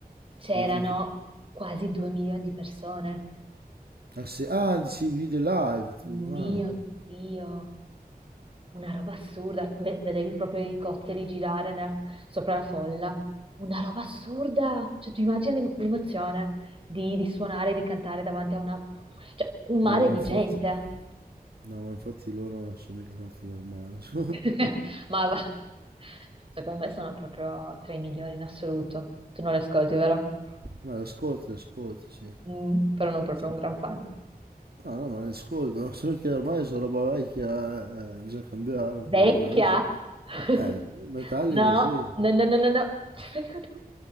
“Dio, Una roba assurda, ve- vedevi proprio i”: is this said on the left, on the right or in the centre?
Right